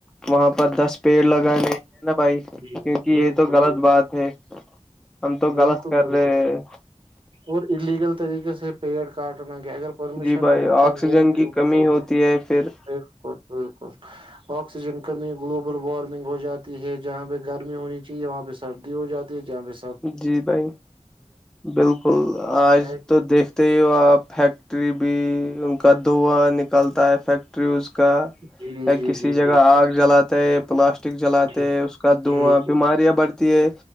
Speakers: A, in the centre; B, on the right (about 45°).
A: وہاں پر دس پیڑ لگانے ہیں نا بھائی کیونکہ
B: جی
A: یہ
B: بالکل
A: تو غلط
B: بالکل
A: بات ہے ہم تو غلط
B: بالکل
A: کر
B: بالکل
A: رہے ہیں
B: اور الیگل طریقے سے پیڑ کاٹنا کیا اگر پرمیشن
A: جی بھائی
B: ہو تو
A: آکسیجن
B: وہ بھی
A: کی
B: وہ
A: کمی ہوتی ہے پھر
B: بالکل بالکل آکسیجن کمی گلوبل وارمنگ ہو جاتی ہے جہاں پہ گرمی ہونی چاہیے وہاں پہ سردی ہو جاتی ہے جہاں پ
A: جی بھائی بالکل آج
B: ہے
A: تو دیکھ ت فیکٹری بھی ان کا دھواں نکلتا ہے فیکٹری ز کا
B: جی جی
A: کسی
B: جی
A: جگہ
B: بالکل
A: آگ جلاتا ہے پلاسٹک پک جلاتے
B: جی
A: اس کا دھواں
B: جی جی
A: بیماریاں بڑھتی ہے